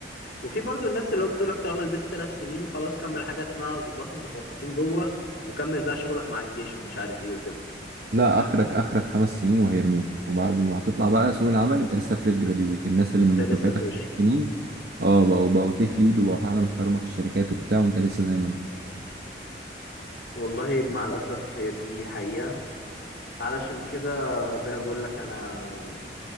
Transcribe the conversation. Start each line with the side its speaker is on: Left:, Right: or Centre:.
Left: وفي برضو الناس اللي هو بتقول لك طالما لبست ثلاث سنين خلاص كمل حاجة اسمها ضباط متخصصين جوه وكمل بقى شغلك مع الجيش ومش عارف ايه وكده
Right: لا اخرك اخرك خمس سنين وهيرموك وبعد ما هتطلع بقى سوق العمل انت لسه فريش جراديويت الناس اللي
Left: انت
Right: من
Left: لسه
Right: دفعتك
Left: فريش
Right: خمس سنين اه بقوا بقوا تيك ليد وبقوا حاجه محترمه في الشركات وبتاع وانت لسه زي ما انت
Left: والله مع الأسف هي دي حقيقة علشان كده زي ما بقول لك أنا